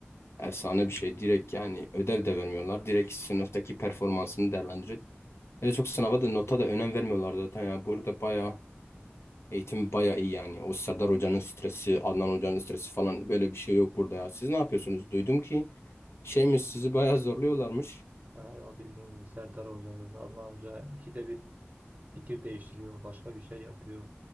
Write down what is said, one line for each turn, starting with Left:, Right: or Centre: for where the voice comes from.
Left: Efsane bir şey. Direkt yani ödev de vermiyorlar. Direkt sınıftaki performansını değerlendirip. Öyle çok sınava da nota da önem vermiyorlar zaten. Yani burada bayağı Eğitim baya iyi yani. O Serdar Hoca'nın stresi, Adnan Hoca'nın stresi falan böyle bir şey yok burada ya. Siz ne yapıyorsunuz? Duydum ki şeymiş sizi baya zorluyorlarmış.
Right: Ya, ya bildiğin gibi Serdar Hoca, Adnan Hoca ikide bir fikir değiştiriyor, başka bir şey yapıyor.